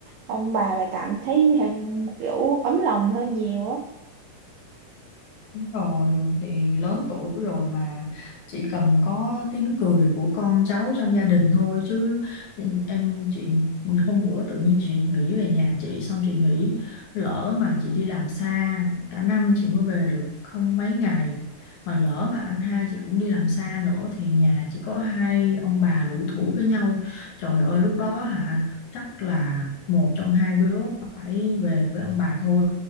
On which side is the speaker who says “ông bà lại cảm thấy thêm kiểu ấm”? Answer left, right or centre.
Right